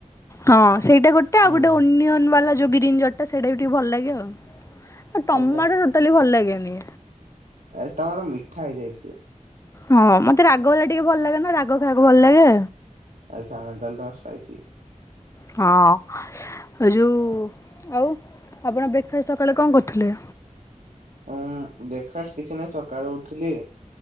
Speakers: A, on the left; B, on the right.
A: ହଁ ସେଇଟା ଗୋଟେ ଆଉ
B: ହୁଁ
A: ଗୋଟେ ଓନିଅନ୍ ବାଲା ଯୋଉ ଗ୍ରୀନ୍ ଜରିଟା ସେଇଟା ବି ଟିକେ ଭଲ ଲାଗେ ଆଉ। ଆଉ ଟମାଟୋ
B: ଆଚ୍ଛା।
A: ଟୋଟାଲି ଭଲ ଲାଗେ ନି
B: ଏ ଟମାଟୋ ମିଠା ହେଇଯାଏ ଟିକେ।
A: ହଁ ମୋତେ ରାଗ ବାଲା ଟିକେ ଭଲ ଲାଗେ ନା, ରାଗ ଖାଇବାକୁ ଭଲ ଲାଗେ।
B: ଆଚ୍ଛା ଏମିତି ତାହେଲେ ତମେ ସ୍ପାଇସି।
A: ହଁ ଯୋଉ ଆଉ ଆପଣ ବ୍ରେକଫାଷ୍ଟ ସକାଳେ କଣ କରିଥିଲେ?
B: ଉଁ, ବ୍ରେକଫାଷ୍ଟ କିଛି ନାହିଁ ସକାଳୁ ଉଠିଲି